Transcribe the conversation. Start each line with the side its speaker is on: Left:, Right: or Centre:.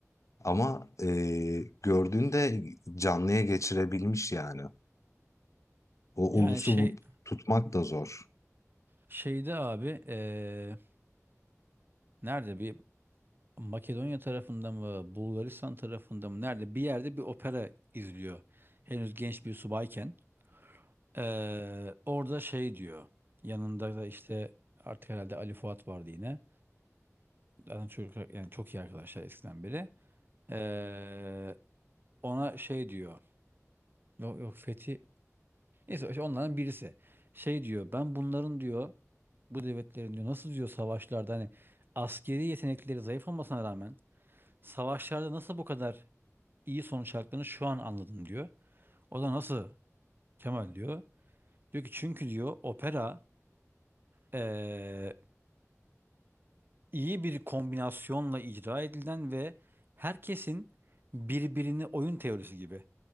Left: Ama, eee, gördüğünde canlıya geçirebilmiş yani. O
Right: Yani
Left: ulusu
Right: şey
Left: bu tutmak da zor.
Right: şeyde abi eee, nerede bir Makedonya tarafında mı Bulgaristan tarafında mı nerede bir yerde bir opera izliyor. Henüz genç bir subayken. Eee, orada şey diyor, yanında da işte artık herhalde Ali Fuat vardı yine. Zaten çocuk yani çok iyi arkadaşlar eskiden beri. Eee, ona şey diyor, yok, yok Fethi, neyse işte onlardan birisi. Şey diyor, ben bunların diyor, bu devletlerin diyor, nasıl diyor savaşlarda hani askeri yetenekleri zayıf olmasına rağmen savaşlarda nasıl bu kadar iyi sonuç aldıklarını şu an anladım diyor. O da nasıl Kemal diyor. Diyor ki çünkü diyor opera, eee, iyi bir kombinasyonla icra edilen ve herkesin birbirini oyun teorisi gibi.